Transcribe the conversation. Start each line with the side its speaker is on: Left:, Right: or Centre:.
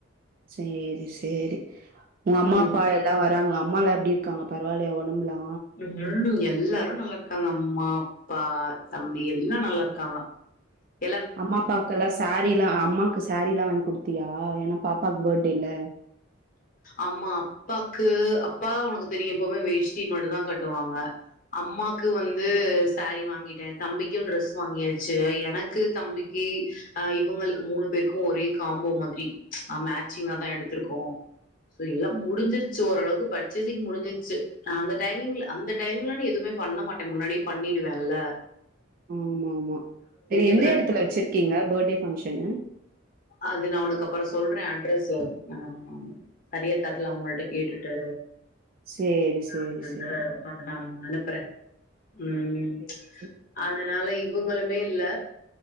Right: சேரி சேரி உங்க அம்மா
Left: ம்
Right: அப்பா எ ல்லா வராங்ளா அம்மாலா எப்டி இருக்காங்க பரவால்லயா ஒடம்லா
Left: ம் எல்லாரு நல்லாருக்காங்க அம்மா அப்பா தம்பி எல்லா நல்லாருக்காங்க அஹ
Right: அம்மா அப்பாக்கெல்லா சேரீலா அம்மாக்கு சேரீலா வாங்கி் குடுத்தியா ஏனா பாப்பாக்கு பெர்ட்டேல
Left: அம்மா அப்பாக்கு அப்பா உனக்கு தெரியு எப்பவுமே வேஷ்டி மட்டு தா கட்டுவாங்க அம்மாக்கு வந்து சேரி வாங்கிட்டே தம்பிக்கு ட்ரெஸ் வாங்கியாச்சு எனக்கு தம்பிக்கு அ இவுங்களுக்கு மூணு பேருக்கு ஒரே காம்போ மாதிரி ஆ மேச்சிங்கா தா எடுத்துருக்கோ சோ எல்லாம் முடிஞ்சிருச்சு ஓரளவுக்கு பர்ச்சேசிங் முடிஞ்சிருச்சு நா அந்த டைமிங்ல அந்த டைமிங்லா நா எதுமே பண்ண மாட்டே முன்னாடியே பண்ணிடுவேல்ல
Right: ஆமாமா சரி எந்த
Left: இப்பதா
Right: இடத்துல வச்சிருக்கீங்க பெர்ட்டே பங்ஷன்னு
Left: அது நா ஒனக்கு அப்பறோ சொல்றே அட்ரஸ்சு ஆமாமா சரியா தெர்ல அவங்கள்ட்ட கேட்டுட்டு
Right: சேரி
Left: நா
Right: சேரி
Left: வந்து
Right: சேரி
Left: உனக்கு நா அனுப்புறே ம்
Right: சேரி சேரி.
Left: அதனால இவுங்களுமே இல்ல